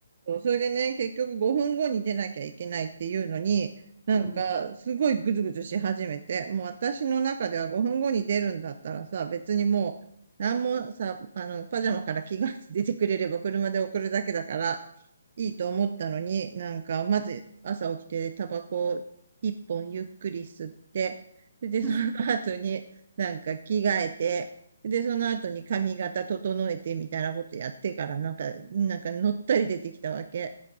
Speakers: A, on the right; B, in the centre.
A: そうそれでね、結局5分後に出なきゃいけないっていうのに、なんか、
B: うん、
A: すごいぐずぐずし始めて、もう私の中では5分後に出るんだったらさ、別にもう、なんもさ、あの、パジャマから着替えて出てくれれば車で送るだけだから、いいと思ったのに、なんか、まず朝起きてタバコを一本ゆっくり吸って、で、
B: う
A: その後になんか着替えて、で、その後に髪型整えてみたいなことやってから、なんか、なんか乗ったり出てきたわけ。